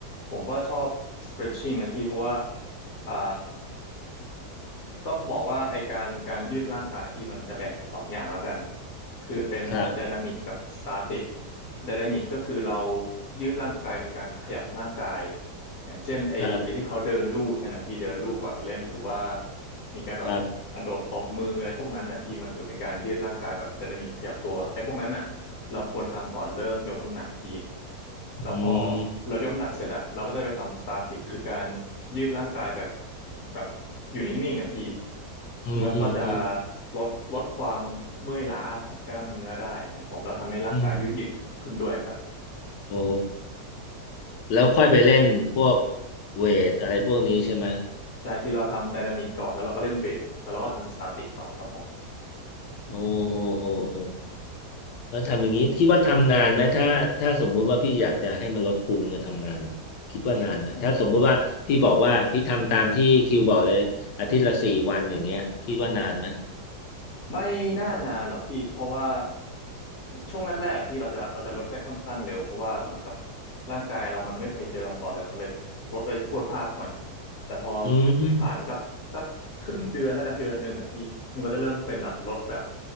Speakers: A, on the left; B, on the left.
A: ผมก็ชอบ stretching นะพี่เพราะว่าอ่าต้องบอกว่าไอการการยืดร่างกายพี่มันจะแบ่งเป็นสองอย่างแล้วกันคือเป็นไดนามิกกับสตาติก
B: ำครับ
A: ไดนามิกก็คือเรายืดร่างกายโดยการขยับร่างกายอย่างเช่นไอไอที่เขาเดินลู่นั่นนะพี่เดินลู่ก่อนเล่นหรือว่า
B: ครับ
A: มีการแบบอ่ะโดดตบมืออะไรพวกนั้นนะพี่มันถือเป็นการยืดร่างกายแบบไดนามิกขยับตัวไอพวกนั้นน่ะ
B: ครับ
A: เราควรทำก่อนเริ่มยกน้ำหนักพี่แล้วพอ
B: อืม
A: เรายกน้ำหนักเสร็จอะเราก็จะไปทำสตาติกคือการยืดร่างกายแบบแบบอยู่นิ่งๆอะพี่
B: อืมอืมอืม
A: มันก็จะลดลดความเมื่อยล้าของกล้ามเนื้อได้นะครับผมแล้วทำให้ร่างกายยืดหยุ่นขึ้นด้วยครับ
B: อืมโอ้แล้วค่อยไปเล่นพวกเวทอะไรพวกนี้ใช่ไหม
A: ใช่พี่เราทำไดนามิกก่อนแล้วเราก็เล่นเวทแต่เราก็ทำสตาติกต่อครับผม
B: โอ้โอ้โอ้โอ้ แล้วทำอย่างนี้คิดว่าทำนานไหมถ้าถ้าสมมุติว่าพี่อยากจะให้มันลดพุงเนี่ยทำนานไหมคิดว่านานไหมถ้าสมมุติว่าพี่บอกว่าพี่ทำตามที่คิวบอกเลยอาทิตย์ละสี่วันอย่างเงี้ยคิดว่านานไหม
A: ไม่น่านานหรอกพี่เพราะว่าช่วงแรกๆอะพี่เราจะเราจะลดได้ค่อนข้างเร็วเพราะว่าเหมือนกับร่างกายเรามันไม่เคยเจอมาก่อนเลยมันเลยลดไปพรวดพลาดหน่อยแต่พอ
B: อืม
A: ผ่านไปสักสักครึ่งเดือนแล้วกันเดือนหนึ่งอ่ะพี่มันก็จะเริ่มเป็นแบบลดแบบ